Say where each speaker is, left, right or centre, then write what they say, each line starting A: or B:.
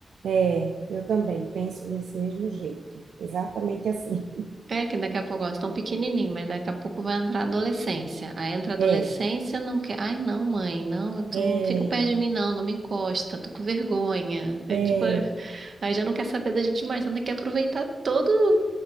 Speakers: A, on the right; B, on the right.
A: é, eu também penso desse mesmo jeito. Exatamente assim.
B: É que daqui a pouco, ó, estão pequenininho, mas daqui a pouco vai entrar a adolescência. Aí entra a adolescência,
A: É,
B: não quer. Ai, não, mãe, não, tu
A: é,
B: não fica perto de mim, não, não me encosta, tô com vergonha. É
A: é,
B: tipo, <laughs> aí já não quer saber da gente mais, então tem que aproveitar todo,